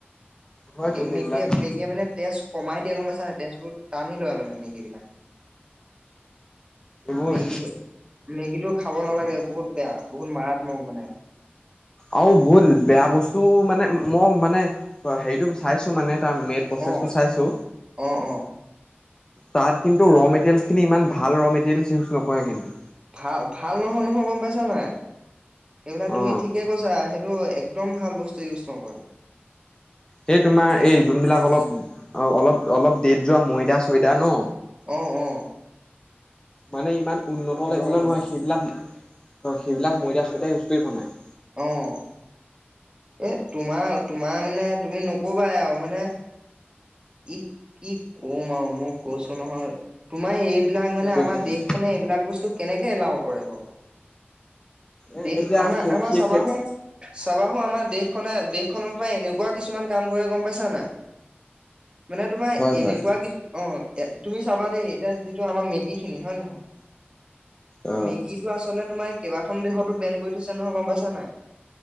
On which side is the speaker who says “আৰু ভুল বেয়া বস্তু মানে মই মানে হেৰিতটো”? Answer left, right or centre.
Left